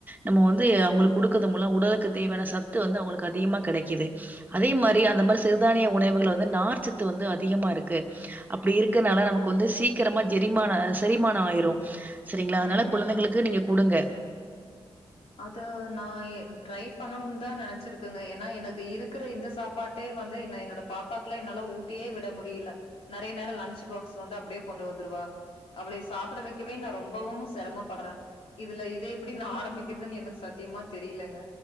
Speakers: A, on the right; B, on the left.
A: நம்ம வந்து அவங்களுக்கு குடுக்கது மூல உடலுக்கு தேவையான சத்து வந்து அவங்களுக்கு அதிகமா கெடைக்குது அதே மாரி அந்த
B: ம்
A: மாரி சிறுதானிய உணேவுகள வந்து நார்ச்சத் து வந்து அதிகமா இருக்கு அப்படி இருக்கனால
B: ம்
A: நமக்கு வந்து சீக்கரமா செரிமான செரிமானோ ஆயிரும் சரிங்களா
B: ம்.
A: அதனால குழந்தைகளுக்கு நீங்க குடுங்க
B: அது நான் என் ட்ரை பண்ணணுன் தா நெனச்சிருக்குங்க ஏன்னா எனக்கு ப்ப இருக்குற இந்த சாப் பாட்டே வந்து என்ன என்னோட பாப்பாக்குல்லா என்னால ஊட்டியே விட முடியில நறைய நேரோ லன்ச் பாக்ஸ் வந்து அப்புடே கொண்டு வந்துருவா அவளே சாப்புட வைக்கவே நா ரொம்பவும்மு செரமப்படுறேன் இதுல இதே எப்புடி நா ஆரம்பி கிருதுன்னு எனக்கு சத்தியமா தெரிலங்க